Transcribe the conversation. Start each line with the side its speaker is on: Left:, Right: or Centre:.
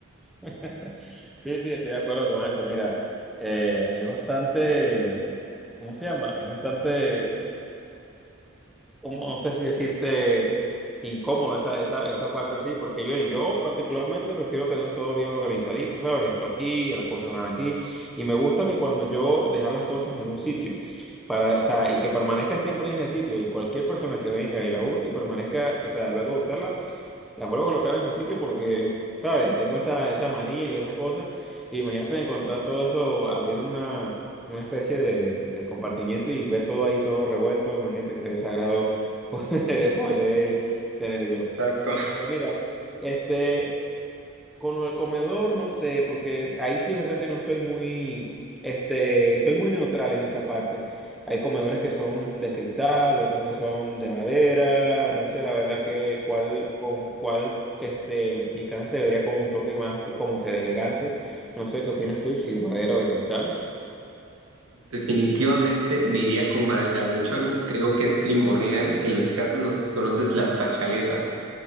Centre: <laughs> Sí, sí, estoy de acuerdo con eso. Mira, eh, es bastante, ¿cómo se llama? Es bastante... como, no sé si decirte incómodo esa, esa, esa parte así, porque yo, yo particularmente prefiero tener todo bien organizadito, ¿sabes? Esto aquí, las cosas van aquí, y me gusta que cuando yo dejar las cosas en un sitio, para, o sea, y que permanezca siempre en ese sitio, y cualquier persona que venga y la use y permanezca, o sea, luego de usarla las vuelvo a colocar en su sitio porque, ¿sabes? Tengo esa, esa manía y esa cosa. Y imagínate encontrar todo eso, abrir una, una especie de, de- de compartimiento y ver todo ahí, todo revuelto. Imagínate qué desagrado <laughs> poder, poder tener yo.
Right: Exacto.
Centre: Pero mira, este, con lo del comedor, no sé, porque ahí sí es verdad que no soy muy, este, soy muy neutral en esa parte. Hay comedores que son de cristal, otros que son de madera, no sé, la verdad que cuál, con cuál, este, mi casa se vería con un toque más de- como que de elegante. No sé, ¿qué opinas tú, si de madera o de cristal?
Right: Definitivamente me iría con madera. De hecho, algo que creo que es primordial en las casas, no sé si conoces las fachaletas.